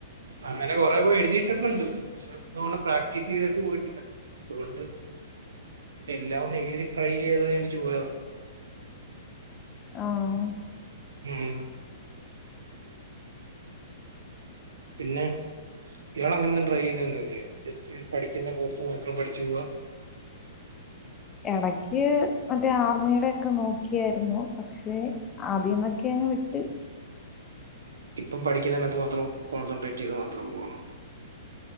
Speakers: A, on the right; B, on the left.
A: അങ്ങനെ കൊറെേ പോയി എഴുതിയിട്ടൊക്കെ ഉണ്ട് പക്ഷെ നല്ലോണം പ്രാക്ടീസ് ചെയ്തിട്ട് പോയിട്ടില്ല അതുകൊണ്ട് എല്ലാം ഒന്ന് എഴുതി ട്രൈ ചെയ്യാന്നു വിചാരിച്ചു പോയതാ
B: ആഹ്
A: ഉം പിന്നെ ഇയാൾ അങ്ങനൊന്നും ട്രൈ ചെയ്യുന്ന് ഒന്നുല്ലേ ജസ്റ്റ് പഠിക്കുന്ന കോഴ്സ് മാത്രം പഠിച്ചു പോവ
B: ഇടക്ക് മറ്റേ ആർമിയുടെ ഒക്കെ നോക്കിയായിരുന്നു പക്ഷെ ആതീന്നൊക്കെ അങ് വിട്ട്
A: ഇപ്പം പഠിക്കുന്നതിനകത്ത് മാത്രം കോൺസെൻട്രേറ്റ് ചെയ്ത് മാത്രം പോണം